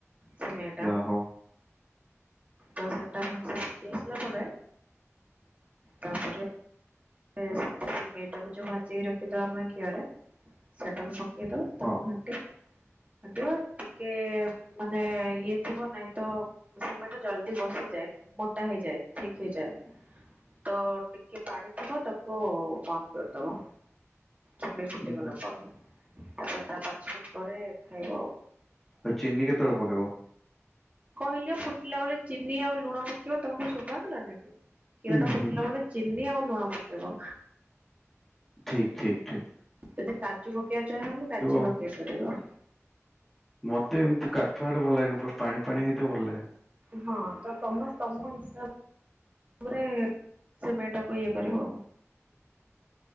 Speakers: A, on the right (about 30°); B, in the centre.
A: ସିମେଇଟା
B: ଯାହା ହଉ
A: ତ ସେଟା ଭଲ ସେ ଫୁଟି ଆସିଲା ପରେ ତାପରେ ଏ ସିମେଇଟାକୁ ଯୋଉ ଭାଜିକି ରଖିଥିଆ ଆମେ ଘିଅରେ ସେଟାକୁ ପକେ ଇ ଦବା ତାକୁ
B: ହଁ
A: ଘାଣ୍ଟି ଘାଣ୍ଟିବା ଟିକେ ମାନେ ଇଏ ଥିବ ନାଇଁ ତ ସିମେ ଟା ଜଲ୍ଦି ବସି ଯାଏ ମୋଟା ହେଇଯାଏ ଥିକ ହେଇଯାଏ। ତ ଟିକେ ପାଣି ଥିବ ତାକୁ ବନ୍ଦ କରି ଦବ ଚିମୀ ଫୁଟିଗଲା
B: ହୁଁ ହୁଁ
A: ପରେ। ତାପରେ ତା ପାଞ୍ଚ ମିନିଟ୍ ପରେ ଖାଇବ ଆଉ।
B: ଆଉ ଚିନି କେତଳେ ପକେଇବ?
A: କହିଲ ଫୁଟିଲା ବେଳେ ଚିନି ଆଉ ଲୁଣ ପକେଇବ ତମକୁ ଶୁଭା ଗଲାନି କି କ୍ଷୀର
B: ଉଁ
A: ଟା
B: ହୁଁ
A: ଫୁଟିଲା ବେଳେ ଚିନି ଆଉ ଲୁଣ ପକେଇବ।
B: ଠିକ୍ ଠିକ୍ ଠିକ୍।
A: ତତେ କାଜୁ ପକେଇବା ଚାଁହବ କାଜୁ
B: ଆଉ
A: ପକେଇପାରିବ।
B: ମତେ ଏମିତି କାଠୁଆ ହେଲେ ଭଲ ଲାଗେନି ପୁରା ପାଣି ପାଣି ହେଇଥିବ ଭଲ ଲାଗେ।
A: ହଁ ତ ତମେ ତମ ହିସାବ ତାପରେ ସିମେଟାକୁ ଇଏ କରିବ ଆଉ।
B: ହ <inaudible>